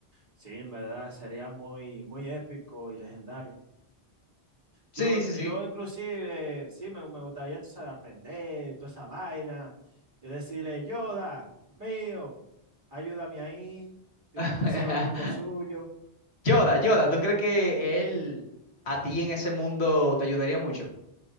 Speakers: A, on the right; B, on the left.
A: Sí, en verdad sería muy, muy épico y legendario.
B: Sí,
A: Yo,
B: sí, sí.
A: yo inclusive, eh, sí, me, me gustaría, tú sabes, aprender toda esa vaina. Yo decirle, Yoda, mío, ayúdame ahí. Yo
B: <laughs>
A: quiero hacer los trucos suyos.
B: Yoda, Yoda, ¿tú crees que él a ti en ese mundo te ayudaría mucho?